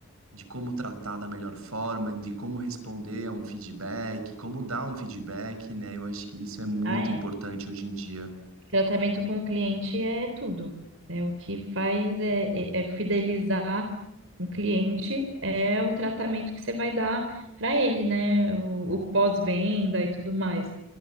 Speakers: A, on the right (about 85°); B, on the right (about 65°).
A: de como tratar da melhor forma, de como responder a um feedback, como dar um feedback, né? Eu acho que isso é muito
B: Ah, é.
A: importante hoje em dia.
B: Tratamento com o cliente é tudo. É o que faz é, é- é fidelizar um cliente, é o tratamento que você vai dar para ele, né? O, o pós-venda e tudo mais.